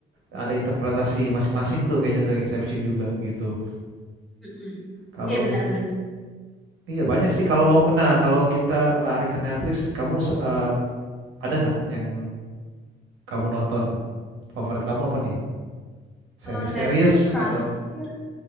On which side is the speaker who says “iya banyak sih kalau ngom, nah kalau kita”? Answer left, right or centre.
Right